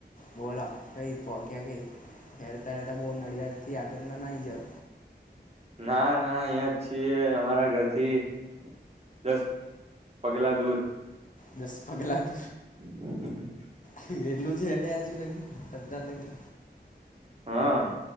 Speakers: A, on the left; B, on the right.
A: બોલા કઈ. ફ ક્યા કે હેરતા હેરતા બહ નડિયાદ થી આગળ ના નાઈ જાવ.
B: ના ના અહિયાં જ છીએ અમારા ઘરથી દસ. પગલા દૂર.
A: દસ પગલા ત
B: <unintelligible>
A: ખેલું જે એડે આજુ લગી સદાર લગી.
B: હા.